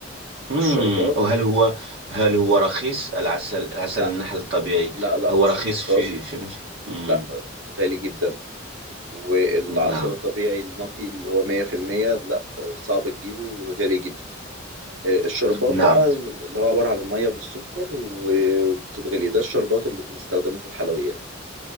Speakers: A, on the right; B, on the right.
A: امم
B: الشربات
A: وهل هو هل هو رخيص العسل عسل
B: لا
A: النحل الطبيعي
B: لا لا
A: هو
B: مش
A: رخيص
B: رخيص خالص
A: في في مصر امم
B: لا غالي جدا والعسل
A: نعم
B: الطبيعي النقي اللي هو 100% لا آه، صعب تجيبه وغالي جدا آه، الشربات
A: نعم
B: بقى اللي هو عبارة عن المية بالسكر وبتتغلي ده الشربات اللي بنستخدمه في الحلويات